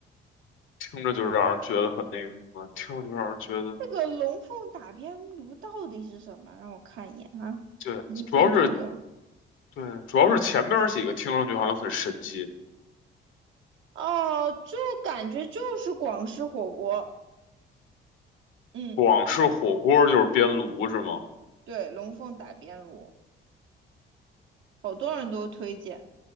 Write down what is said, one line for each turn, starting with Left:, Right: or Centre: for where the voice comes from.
Left: 听着就让人觉得很那个什么，听着就让人觉得，
Right: 这个龙凤打边炉到底是什么？让我看一眼哈，
Left: 对，
Right: 一分钟给我。
Left: 主要是对，主要是前面几个听上去好像很神奇，
Right: 哦，就感觉就是广式火锅，嗯，
Left: 广式火锅就是边炉是吗？
Right: 对，龙凤打边炉，好多人都推荐。